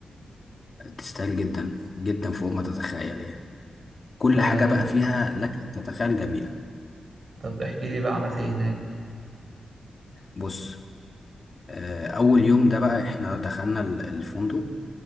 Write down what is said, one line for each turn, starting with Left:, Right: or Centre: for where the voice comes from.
Left: آه، تستاهل جدا جدا فوق ما تتخيل يعني كل
Right: ده
Left: حاجة
Right: لا.
Left: بقى فيها لك أن تتخيل جميلة
Right: طب احكي لي بقى عملت ايه هناك
Left: بص آه، أول يوم ده بقى احنا دخلنا ال- الفندق